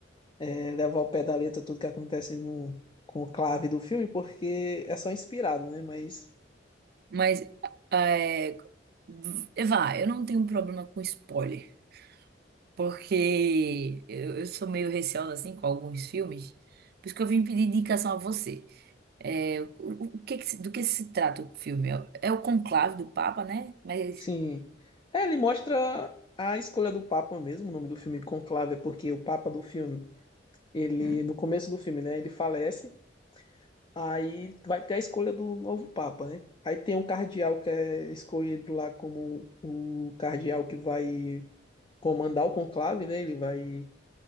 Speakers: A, on the left; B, on the right.
A: é, levar ao pé da letra tudo que acontece no conclave do filme, porque é só inspirado, né? Mas,
B: mas é, v- vá, eu não tenho problema com spoiler. Porque eu, eu sou meio receosa assim com alguns filmes. Por isso que eu vim pedir indicação a você. É, o, o que que se- do que se trata o filme? É, o conclave do Papa, né? Mas.
A: sim. É, ele mostra a escolha do Papa mesmo. O nome do filme Conclave é porque o Papa do filme, ele,
B: hum,
A: no começo do filme, né? Ele falece. Aí vai ter a escolha do novo Papa, né? Aí tem um cardeal que é escolhido lá como o cardeal que vai comandar o conclave, né? Ele vai